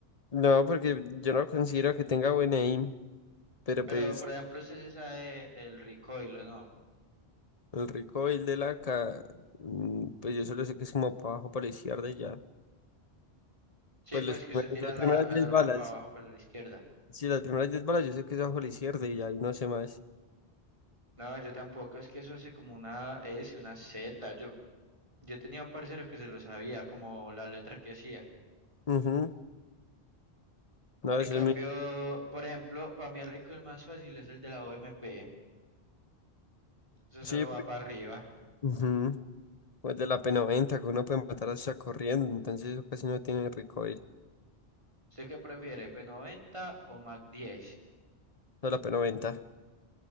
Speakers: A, on the left; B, on the right.
A: No, porque yo no considero que tenga buen aim, pero
B: Pero
A: pues
B: por ejemplo, usted se sabe el recoil, ¿o no?
A: el recoil de la K, mm, pues yo solo sé que es como para abajo, para la izquierda y ya.
B: Sí,
A: Pues
B: pues
A: los primeros-
B: que usted tira
A: las
B: la,
A: primeras
B: el
A: 10
B: arma
A: balas,
B: para abajo, para la izquierda.
A: sí, las primeras 10 balas yo sé que es abajo a la izquierda y ya, y no sé más.
B: No, yo tampoco, es que eso hace como una S, una Z. Yo, yo tenía un parcero que se lo sabía, como la letra que hacía.
A: Ujú, No,
B: En
A: eso
B: cambio,
A: es muy...
B: por ejemplo, para mí el rico el más fácil es el de la OMP. Eso
A: Sí,
B: solo
A: porque-
B: va para arriba.
A: ujú, Pues de la P90, que uno puede matar hasta corriendo, entonces eso casi no tiene recoil,
B: ¿Usted qué prefiere, P90 o Mac 10?
A: no la P90.